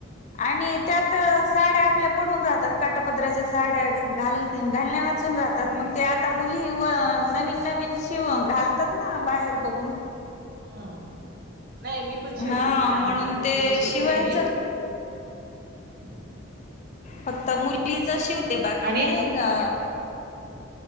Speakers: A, on the left; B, on the right.
A: आणि त्यात साड्या आपल्या पडून राहतात काटापद्राच्या साड्या घाल घालण्यावर ून राहतात मग ते आता मुली नवीन नवीन शिव घालतात ना बाहेर बघून
B: हम्म नाही मी पण शिवते
A: हा
B: म्हणजे अनारकले
A: म्हणून ते
B: वगैरे शिवते
A: शिवायचं
B: मी ह
A: फक्त मुलीच शिवते बाकी
B: आणि
A: नाही अ